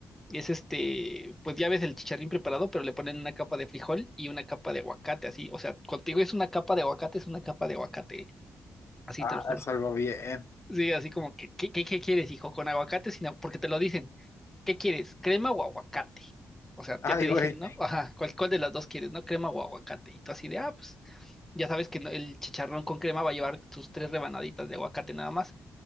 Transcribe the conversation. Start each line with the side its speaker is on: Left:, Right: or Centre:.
Centre: Es este, pues ya ves el chicharrín preparado, pero le ponen una capa de frijol y una capa de aguacate, así. O sea, contigo es una capa de aguacate, es una capa de aguacate, así
Left: Ah,
Centre: te lo juro.
Left: salgo bien.
Centre: Sí, así como que, ¿qué, qué, qué quieres, hijo? ¿Con aguacate? Sin agu- Porque te lo dicen, ¿qué quieres? ¿Crema o aguacate? O sea,
Left: Ay,
Centre: ya te dicen,
Left: güey.
Centre: ¿no? Ajá, ¿cuál, cuál de las dos quieres, no? ¿Crema o aguacate? Y tú así de, ah, pues ya sabes que no- el chicharrón con crema va a llevar sus tres rebanaditas de aguacate nada más